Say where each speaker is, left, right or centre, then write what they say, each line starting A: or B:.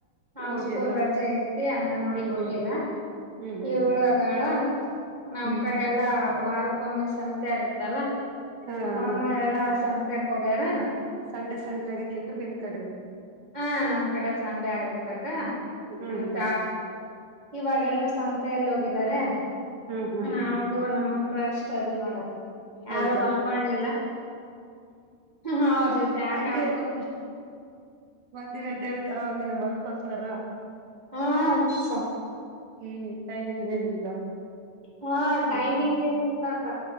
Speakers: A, on the right; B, on the right.
A: ನಾನು
B: ಹೋಗಿಲ್ಲ
A: ಸ್ಕೂಲ್ ರಜೆ ಐತಿ ಅಂಗನೋಡಿಗ್
B: ಹ್ಮ್
A: ಹೋಗಿಲ್ಲಾ
B: ಹ್ಮ್ ಹ್ಮ್
A: ಇವಳು
B: ಹ್ಮ್
A: ಅದಾಳಾ ನಮ್
B: ಹ್ಮ್
A: ಕಡೆ ಎಲ್ಲಾ ವಾರ್ ಕ್ಕೊಮ್ಮೆ ಸಂತೆ ಆಗತ್ತಲ್ಲಾ
B: ಹಾ
A: ಮಮ್ಮೆರೆಲ್ಲಾ
B: ಹಾ
A: ಸಂತ್ ತೀಕ್ಹೋಗ್ಯರಾ
B: ಸಂಡೆ ಸಂತ್ ಆಗೈತೆನ್ರಿ ನಿಮ್ ಕಡೆ
A: ಹಾ ನಮ್ ಕಡೆ ಸಂಡೆ ಆಗತ್ತಕ್ಕ
B: ಹ್ಮ್
A: ಮಮತ್ತ
B: ಹ್ಮ್ ಹ್ಮ್
A: ಇವಾಗೆಲ್ರು ಸಂತೆಯಲ್ಲಿ ಹೋಗಿದರೆ
B: ಹ್ಮ್ ಹ್ಮ್
A: ನಾವು
B: ಹ್ಮ್
A: ನಮ್ಮ ಮಕ್ಕಳ್ ಅಷ್ಟ ಅದಿವ್ ನೋಡ ಆಕ್ ಯಾರು
B: ಹೌದಲ್ರಿ
A: ಮಲ್ಕೊಂಡಿಲ್ಲ ಹ್ ಹ್ ಅವ್ರ ಜೊತೆ ಆಟಾ
B: ಹಂಗೆ
A: ಆಡ್ಕೋತ
B: ದಿನಾ ಟೆ ತರಾ ಒಂದಿನ ಮಲ್ಕೊಂತಾರ
A: ಹಾ ಅಕ್ಕ
B: ಹ್ಮ್ ಟೈಮಿಂಗ್ ಏನಿಲ್ಲ
A: ಹಾ
B: ಹ್ಮ್
A: ಟೈಮಿಂಗ್ ಏನಿಲ್ಲಾ ಆಕ್ ಅಕ್ಕಾ